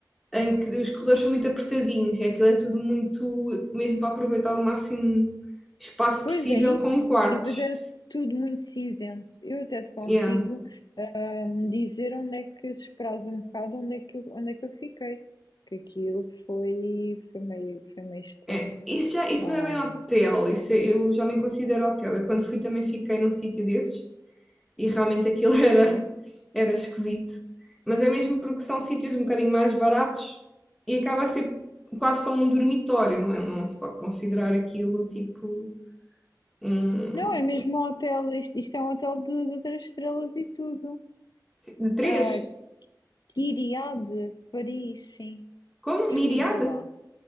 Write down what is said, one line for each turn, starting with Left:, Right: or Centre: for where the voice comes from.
Centre: em que os corredores são muito apertadinhos. E Aquilo é tudo muito, mesmo para aproveitar o máximo espaço
Left: Pois
Centre: possível
Left: é isso.
Centre: com quartos.
Left: E depois era tudo muito cinzento. Eu até te consigo.
Centre: Yeah.
Left: me dizer onde é que se esperasse um bocado onde é que eu, onde é que eu fiquei. Que aquilo foi, foi meio, foi meio estranho.
Centre: É, isso, já, isso
Left: Ah,
Centre: não é bem hotel, isso é- eu já nem considero hotel. Eu quando fui também fiquei num sítio desses e realmente aquilo <laughs>
Left: ok.
Centre: era, era esquisito. Mas é mesmo porque são sítios um bocadinho mais baratos e acaba a ser quase só um dormitório, não é? Não se pode considerar aquilo tipo um...
Left: Não, é mesmo um hotel, isto, isto é um hotel de, de três estrelas e tudo.
Centre: De três?
Left: Ah, Kyriade, Paris, sim,
Centre: Como?
Left: pesquisa
Centre: Miriada?
Left: lá.